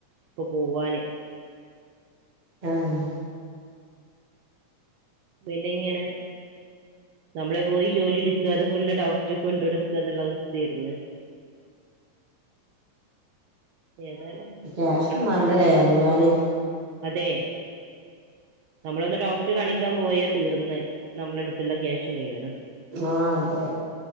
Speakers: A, on the right (about 75°); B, on the right (about 45°).
A: ഇപ്പൊ പോവാന്.
B: ആഹ്‌.
A: പിന്നെ ങ്ങനെ. നമ്മള് പോയി ജോലി ട്ക്ക അത് ഫുള്ള് ഡോക്ടർക്ക് കൊണ്ട കൊടുക്കന്നുള്ള അവസ്ഥേ ര് ന്ന്. ഏതായാലും.
B: ക്യാഷും
A: നോക്കണം
B: മാണ്ടലേ എർങ്ങാന്.
A: അതെ. നമ്മളൊന്ന് ഡോക്ടറേ കാണിക്കാൻ പോയാ തീർന്ന് നമ്മളെ അടുത്തുള്ള ക്യാഷ് മുഴുവനും.
B: ആഹ്‌ അതെ.